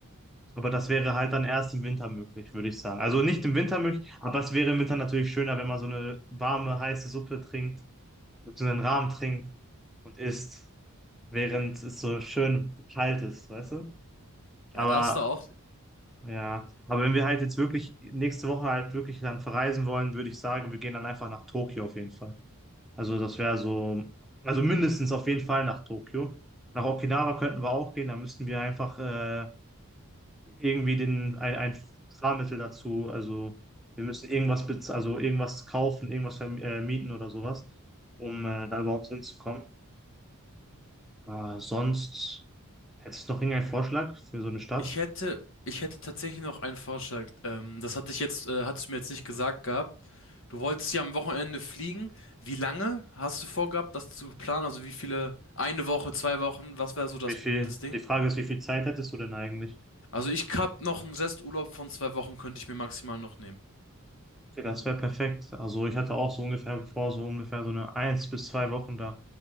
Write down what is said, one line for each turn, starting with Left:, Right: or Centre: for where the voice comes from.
Centre: Aber das wäre halt dann erst im Winter möglich, würde ich sagen. Also nicht im Winter möglich, aber es wäre im Winter natürlich schöner, wenn man so eine warme, heiße Suppe trinkt, so einen Ramen trinkt und isst, während es so schön kalt ist, weißt du?
Left: Ja,
Centre: Aber
Left: da ist da auch
Centre: Ja, aber wenn wir halt jetzt wirklich nächste Woche halt wirklich dann verreisen wollen, würde ich sagen, wir gehen dann einfach nach Tokio auf jeden Fall. Also das wäre so, also mindestens auf jeden Fall nach Tokio. Nach Okinawa könnten wir auch gehen, da müssten wir einfach äh, irgendwie den, ein, ein Fahrmittel dazu, also wir müssen irgendwas, bez- also irgendwas kaufen, irgendwas verm- äh, mieten oder sowas, um äh, da überhaupt hinzukommen. Äh, sonst hättest du noch irgendeinen Vorschlag für so eine Stadt?
Left: Ich hätte, ich hätte tatsächlich noch einen Vorschlag. Ähm, das hatte ich jetzt, äh, hattest du mir jetzt nicht gesagt gehabt. Du wolltest ja am Wochenende fliegen. Wie lange hast du vorgehabt, das zu planen? Also wie viele? Eine Woche, zwei Wochen? Was wäre so das,
Centre: Wie viel,
Left: das Ding?
Centre: die Frage ist, wie viel Zeit hättest du denn eigentlich?
Left: Also ich hab noch einen Resturlaub von zwei Wochen, könnte ich mir maximal noch nehmen.
Centre: Okay, das wäre perfekt. Also ich hatte auch so ungefähr vor, so ungefähr so eine eins bis zwei Wochen da